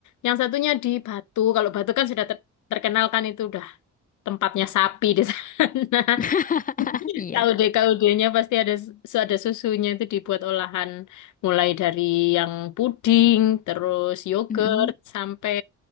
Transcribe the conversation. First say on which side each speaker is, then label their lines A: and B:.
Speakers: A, on the left; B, on the left.
A: yang satunya di Batu. Kalau Batu kan sudah ter- terkenal kan itu udah tempatnya sapi di sana.
B: <laughs>
A: <laughs>
B: Iya.
A: Kaude-kaudenya pasti ada su- ada susunya itu dibuat olahan mulai dari yang puding, terus yogurt
B: Mm-mm.
A: sampai